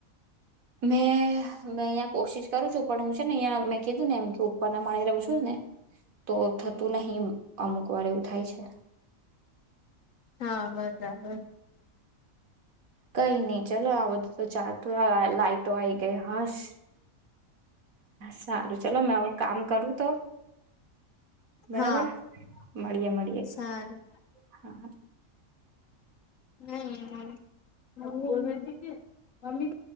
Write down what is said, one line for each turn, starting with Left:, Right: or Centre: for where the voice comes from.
Right: મેં મેં અહિયાં કોશિશ કરું છું પણ હું છે ને અહં મેં કીધું ને એમ કે ઉપરના મળી રહું છું ને, તો થતું નહિ અમુક વાર એવું થાય છે.
Left: હા બરાબર.
Right: કઈ નહી ચાલો આવ તો ચાર થો લાઈઇટો આઈ ગઈ હસ. સારું ચલો મે હ કામ કરું તો. બરાબર
Left: હા
Right: મળીએે મળીએે
Left: સારું
Right: હા.
Left: નહીં મમ. મૈ બોલ રહી થી કે મમ્મી